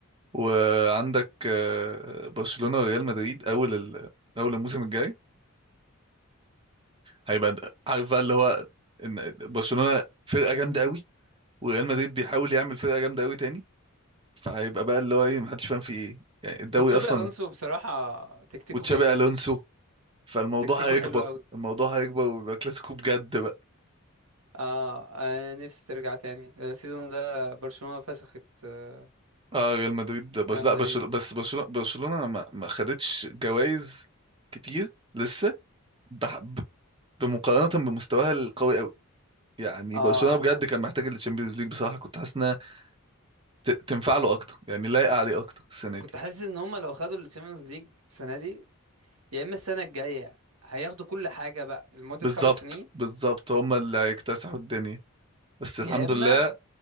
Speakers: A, on the right; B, on the right.
A: وعندك آه، برشلونه وريال مدريد اول ال... اول الموسم الجاي هيبقى د- عارف بقى اللي هو ان برشلونه فرقه جامده قوي وريال مدريد بيحاول يعمل فرقه جامده قوي تاني فهيبقى بقى اللي هو ايه محدش فاهم فيه ايه يعني الدوري
B: وتشابي
A: اصلا
B: الونسو بصراحه تكتيكه
A: وتشابي
B: جامد
A: الونسو فالموضوع
B: تكتيكه
A: هيكبر
B: حلو قوي
A: الموضوع هيكبر ويبقى كلاسيكو بجد بقى
B: اه انا نفسي ترجع تاني السيزون ده برشلونه فشخت آه،
A: اه ريال مدريد بس
B: ريال
A: لا
B: مدريد
A: برشلونه بس برشلونه برشلونه ما ما خدتش جوائز كتير لسه بح... ب- بمقارنه بمستواها القوي قوي يعني
B: اه
A: برشلونه بجد كان محتاج التشامبيونز ليج بصراحه كنت حاسس انها ت- تنفع له اكتر يعني لايقه عليه اكتر السنه
B: كنت
A: دي
B: حاسس ان هم لو خدوا الشامبيونز ليج السنه دي يا اما السنه الجايه هياخدوا كل حاجه بقى لمده
A: بالظبط
B: خمس سنين
A: بالظبط هم اللي هيكتسحوا الدنيا بس الحمد
B: يا اما
A: لله